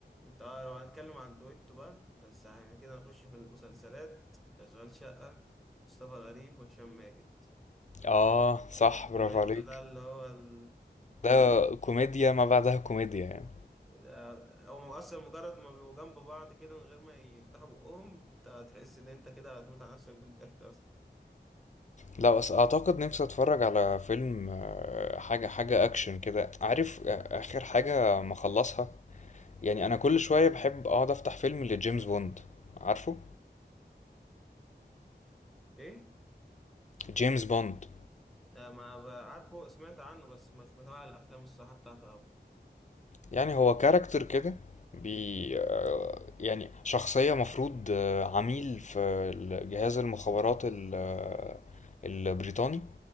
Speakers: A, in the centre; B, on the left.
A: انت اه لو هنتكلم عن دويتو بقى بس يعني كده هنخش في المسلسلات اشغال شقة مصطفى غريب وهشام ماجد
B: اه صح
A: الدويتو
B: برافو عليك
A: ده اللي هو ال...
B: ده كوميديا ما بعدها كوميديا يعني
A: ده- هو اصلا مجرد ما بيبقوا جنب بعض كده من غير ما يفتحوا بقهم انت هتحس ان انت كده هتموت على نفسك من الضحك اصلا
B: لا بس اعتقد نفسي اتفرج على فيلم آه، حاجه حاجه اكشن كده عارف آه، اخر حاجه مخلصها يعني انا كل شويه بحب اقعد افتح فيلم لجيمس بوند عارفه
A: ايه
B: جيمس بوند
A: لا ما ب- عارفه سمعت عنه بس مش متابع الافلام الصراحه بتاعته أوي
B: يعني هو كاركتر كده بي آه، يعني شخصية مفروض آه، عميل في جهاز المخابرات ال- آه، البريطاني